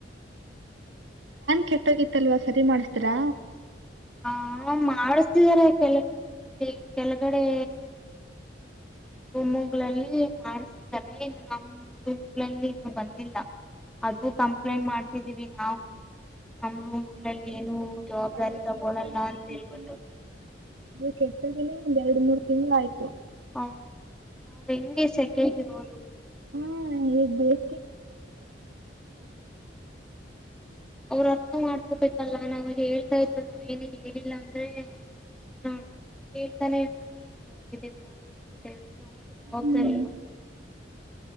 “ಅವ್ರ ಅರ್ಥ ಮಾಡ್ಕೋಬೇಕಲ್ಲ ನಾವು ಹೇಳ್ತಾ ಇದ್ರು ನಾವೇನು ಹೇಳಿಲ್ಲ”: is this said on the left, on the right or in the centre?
Centre